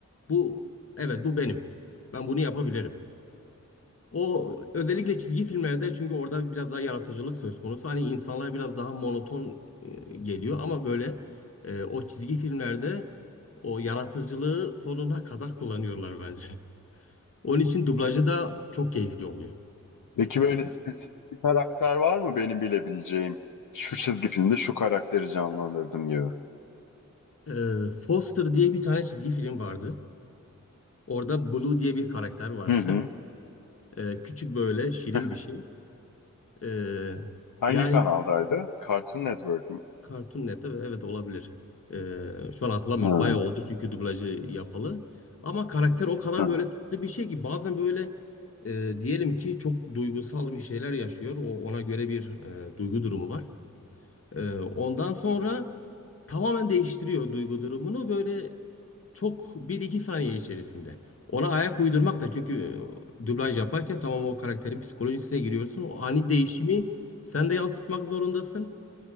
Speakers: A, on the left; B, on the left.
A: bu evet bu benim ben bunu yapabilirim. O özellikle çizgi filmlerde çünkü orada biraz daha yaratıcılık söz konusu. Hani insanlar biraz daha monoton e, geliyor ama böyle e, o çizgi filmlerde o yaratıcılığı sonuna kadar kullanıyorlar bence. <laughs> Onun için dublajı da çok keyifli oluyor.
B: Peki böyle spesifik bir karakter var mı benim bilebileceğim? Şu çizgi filmde şu karakteri canlandırdım gibi.
A: E, Foster diye bir tane çizgi film vardı. Orada Blue diye bir karakter vardı.
B: Hı hı.
A: <laughs> E, küçük böyle şirin
B: <laughs>
A: bir şey. E,
B: Hangi
A: yani
B: kanaldaydı? Cartoon Network mu?
A: Cartoon Net'te evet olabilir. Ee, şu an hatırlamıyorum.
B: Hı
A: Bayağı oldu çünkü dublajı yapalı. Ama karakter o kadar
B: hı.
A: böyle tatlı bir şey ki bazen böyle e, diyelim ki çok duygusal bir şeyler yaşıyor. O ona göre bir e, duygu durumu var. E, ondan sonra tamamen değiştiriyor duygu durumunu böyle çok bir iki saniye içerisinde. Ona ayak uydurmak da çünkü e, dublaj yaparken tamam o karakterin psikolojisine giriyorsun. O ani değişimi sen de yansıtmak zorundasın.